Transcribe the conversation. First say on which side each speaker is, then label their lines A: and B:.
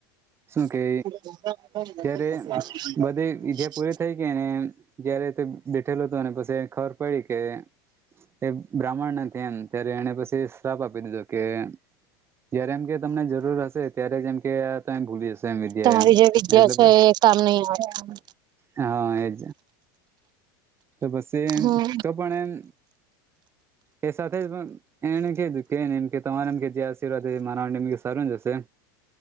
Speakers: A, on the right; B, on the right.
A: શું કે
B: <unintelligible>
A: જયારે બધી વિદ્યા પૂરી થઈ ગઇ ને જયારે બેઠેલો હતો પછી ખબર પડી કે એ બ્રાહ્મણ નથી એમ ત્યારે એને પછી શ્રાપ આપી દીધો કે જયારે એમ કે તમને જરૂર હશે ત્યારે જ એમ કે તો એ ભૂલી જશો એમ વિદ્યા
B: તમારી
A: એમ
B: જે વિદ્યા
A: એટલે
B: છે
A: બ
B: એ કામ ની આવે
A: હા એજ તો પછી
B: હમ
A: તો પણ એમ એ સાથે જ પણ એને કધું કે ને એમ કે તમારેમ કે જે આશીર્વાદ મારા માટે એમ સારું જ હશે